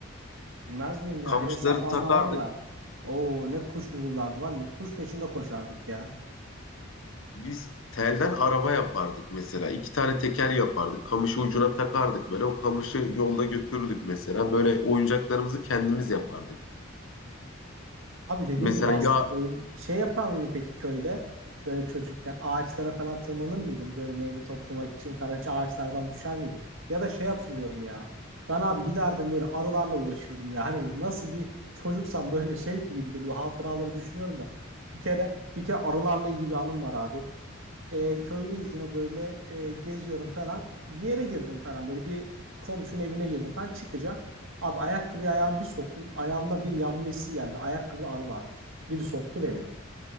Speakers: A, on the right; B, on the left.
A: Bilmez miyim
B: Kamışları
A: ya hele sapanla
B: takardık.
A: var ya. Oo ne kuş vururlardı var ya, Kuş peşinde koşardık ya.
B: Biz telden araba yapardık mesela. İki tane teker yapardık. Kamışı ucuna takardık böyle. O kamışı yolda götürürdük mesela. Böyle oyuncaklarımızı kendimiz yapardık.
A: Abi dediğin
B: Mesela
A: gibi aslında
B: yağ
A: oyun şey yapar mıydın peki köyde? Böyle çocukken ağaçlara falan tırmanır mıydın? Böyle meyve toplamak için falan hiç ağaçlardan düşer miydin? Ya da şey hatırlıyorum ya. Ben abi giderdim böyle arılarla uğraşırdım ya. Hani nasıl bir çocuksam böyle şey gibiydi. Böyle hatıraları düşünüyorum da. Bir kere bir kere arılarla ilgili bir anım var abi. E, köydeyiz yine böyle e, geziyorum falan. Bir yere girdim falan böyle bir komşunun evine girdim falan çıkacağım. Abi ayakkabıyı ayağımı bir soktum. Ayağımda bir yanma hissi geldi. Ayakkabıda arı varmış. Biri soktu beni.